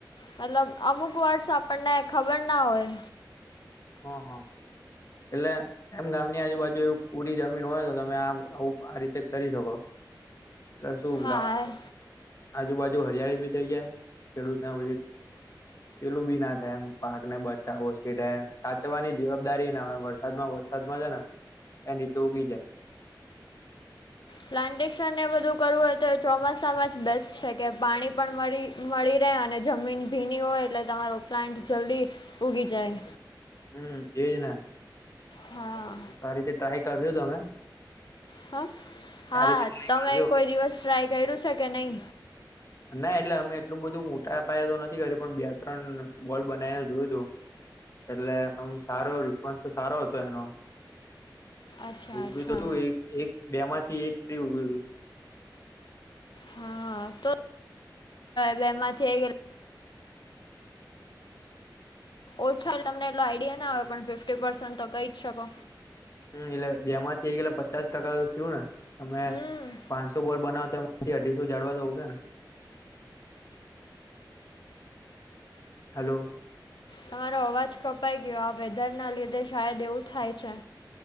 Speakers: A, on the left (about 75°); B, on the left (about 45°).
A: મતલબ અમુક વર્ડસ આપણને ખબર ના હોય.
B: હા હા એટલે એમ ગામની આજુબાજુ એવું ઉડી જમીન હોય તો તમે આ આવું આ રીતે કરી શકો, કે શું
A: હા
B: ગામ આજુબાજુ હરિયાળી ભી થઇ જાય, ખેડૂતના પેલું બી ના થાય એમ પાકને બચાવો છે તેમ. સાચવવાની જવાબદારીને વરસાદ માં વરસાદ માં છે ને એ નીચે ઉગી જાય.
A: પ્લાન્ટેશનને બધું કરવું હોય તો ચોમાસામાં જ બેસ્ટ છે કે પાણી પણ મળી મળી રહે અને જમીન ભીની હોય એટલે તમારો પ્લાન્ટ જલ્દી ઉઊગી જાય.
B: હમ એ દના
A: હા.
B: તો આ રીતે ટ્રાય કરજો તમે.
A: હા હા
B: આ રીતે ટ્રાય
A: તમે
B: કરજો
A: કોઈ દિવસ ટ્રાય કર્યું છે કે નહી્?
B: ના એટલે અમે એટલું બધું મોટા અપાય તો નથી કરી પણ બે ત્રણ બોલ બનાવીને જોયું હતું. એટલે આમ સારો રિસ્પોન્સ તો સારો હતો એનો.
A: અચ્છા
B: ઉગ્યું
A: અચ્છા
B: તો તું એક એક બે માંથી એક ટ્રી ઉગયું હતું.
A: હા તો બેમાં થ ગ ઓછા એ તમને એટલો આઈડિયા ના આવે પણ ફિફ્ટી પસન્ટ તો કહી જ શકો.
B: હમ્મ એટલે બેમાંથી એટલે પચાસ ટકા તો થયું ને તમે
A: હમ
B: પાંચસો બોલ બનાવતા પછી અઢીસો જાડવા તો ઉગે ને. હલો.
A: તમારો અવાજ કપાઈ ગયો આ વેધરના લીધે શાયદ એવું થાય છે.